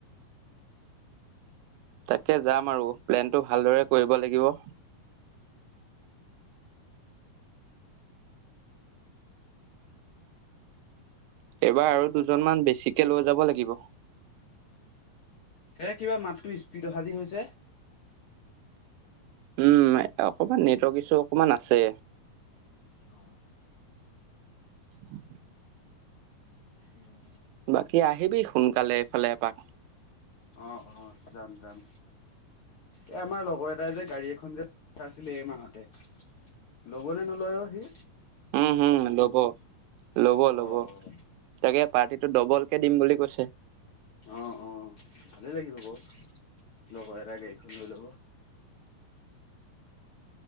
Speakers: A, on the right (about 85°); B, on the left (about 85°).
A: তাকে যাম আৰু প্লেনটো ভালদৰে কৰিব লাগিব এইবাৰ আৰু দুজনমান বেছিকে লৈ যাব লাগিব
B: এ কিবা মাতটো স্পীড অ সাজি হৈছে।
A: উম, অকমান নেটৱৰ্ক ইছ্যু অকমান আছে।
B: অ
A: <unintelligible>
B: অ
A: বাকী আহিবি সোনকালে এইফালে এপাক
B: অ অ যাম যাম এই আমাৰ লগৰ এটাই যে গাড়ী এখন যে আছিলে এই মাহতে ল'বনে নলয় অ' সি?
A: উম হম ল'ব ল'ব ল'ব
B: অ', অ'।
A: তাকে পাৰ্টিটো ডবলকে দিম বুলি কৈছে।
B: অহ অ ভালে লাগিব বাও লগৰ এৰা গাড়ীখন লৈ লব